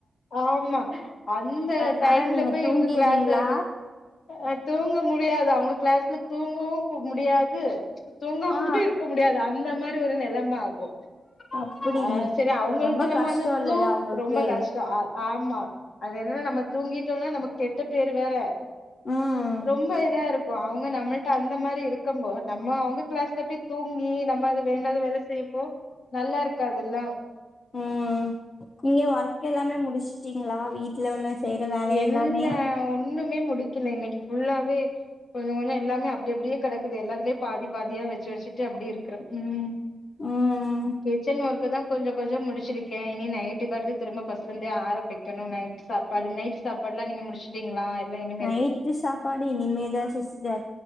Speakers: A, on the left (about 65°); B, on the left (about 45°).
A: ஆமா அந்த
B: அதனால
A: டைம்ல
B: நீங்க
A: போய்
B: தூங்கிருவீங்களா
A: இவுங்க க்ளாஸ் வக்கெனு அ தூங்க முடியாது அவுங்க க்ளாஸ்ல தூங்கவும் முடியாது தூங்காம
B: ஆ
A: இருக்க முடியாது அந்த மாரி ஒரு நெலம ஆகு
B: அப்டி
A: அ செரி அவுங்கள்ட்ட
B: ரொம்ப
A: நம்ம
B: கஷ்டோ
A: வந்து
B: இல்லையா
A: தூ
B: உங்களுக்கு
A: ரொம்ப கஷ்டோ ஆ ஆமா அது என்னன்னா நம்ம தூங்கிட்டோனா நமக்கு கெட்ட பேரு வேற
B: ம்
A: ரொம்ப இதா இருக் ப்போ அவுங்க நம்மள்ட்ட அந்த மாரி இருக்கும்போ நம்ம அவுங்க க்ளாஸ்ல போயி தூங்கி நம்ம அது வேண்டாத வேல செய்யப்போ நல்லா இருக்காதுல்லங்
B: ம் நீங்க ஒர்க் எல்லாமே முடிச்சுட்டீங்களா வீட்ல உள்ள செய்ற வேலை
A: இல்ல
B: எல்லாமே
A: ஒண்ணுமே முடிக்கெல இன்னக்கு ஃபுல்லாவே கொஞ்சோ கொஞ்சோ எல்லாமே அப்டி அப்டியே கெடக்குது எல்லாத்துலயு பாதி பாதியா வச்சு வச்சுட்டு அப்டியே இருக்குறன் ம் ம்
B: ம்
A: கிச்சன் ஒர்க்குதா கொஞ்ச கொஞ்ச முடிச்சுருக்கே இனி நைட்டுக்கு அடுத்து திரும்ப பஸ்டுல இருந்தே ஆரம்பிக்கணு நைட்டு சாப் பாடு நைட்டு சாப்பாடுல்லா நீங்க முடிச்சுட் டீங்களா இல்ல இன்
B: நைட்டு சாப்பாடு இனிமேதா சிஸ்டர்